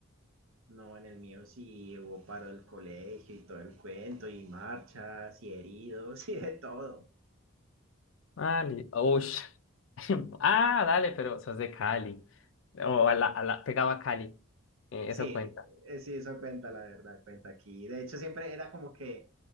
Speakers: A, on the right; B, on the left.
A: No, en el mío sí hubo paro del colegio y todo el cuento, y marchas, y heridos, <laughs> y de todo.
B: Ah, li- ush. <laughs> Ah, dale, pero sos de Cali. O a la, a la, pegaba a Cali. Eh,
A: Sí,
B: eso cuenta.
A: eh, sí, eso cuenta, la verdad, cuenta aquí. De hecho, siempre era como que,